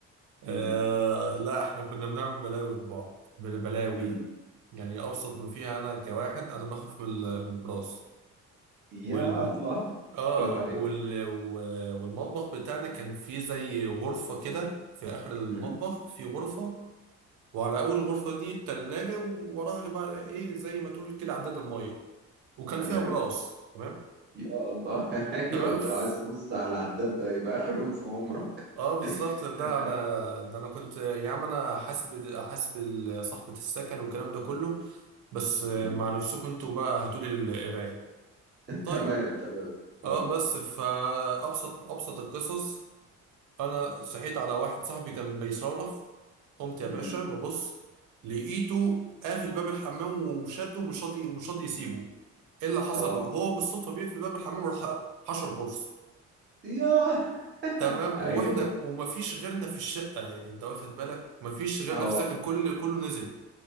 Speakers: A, on the right; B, on the right.
A: آه
B: امم
A: لا احنا كنا بنعمل بلاوي لبعض بل- بلاوي
B: امم
A: يعني ابسط ما فيها انا كواحد انا بخاف من ال- من البراس
B: يلا
A: والم... اه
B: <laughs>
A: وال...
B: أيوة.
A: و- والمطبخ بتاعنا كان فيه زي غرفة كده في اخر المطبخ
B: امم
A: في غرفة وعلى اول غرفة دي التلاجة ووراها بقى ايه زي ما تقول كده عداد المية وكان
B: تمام
A: فيها براس تمام
B: يا الله <laughs>
A: تمام
B: ايوه انت
A: ف-
B: لو عايز تبص على العداد ده يبقى اخر يوم في عمرك
A: اه بالظبط لا
B: <laughs>
A: انا ده انا كنت يا عم انا حاسب حاسب ال- صاحبة السكن والكلام ده كله بس آه،
B: مم.
A: مع نفسكم انتوا بقى هاتولي القراية طيب
B: تمام تمام
A: اه
B: اه
A: بس فأبسط أبسط القصص أنا صحيت على واحد صاحبي كان بيصرخ قمت يا
B: مم.
A: باشا ببص لقيته قافل باب الحمام وشده ومش راضي ومش راضي يسيبه ايه اللي حصل
B: اه
A: هو بالصدفة بيقفل باب الحمام وراح حشر برص
B: يا
A: تمام
B: ايوه
A: واحنا ومفيش غيرنا في الشقة يعني انت واخد بالك مفيش غيرنا
B: اه
A: في سكن كل كله نزل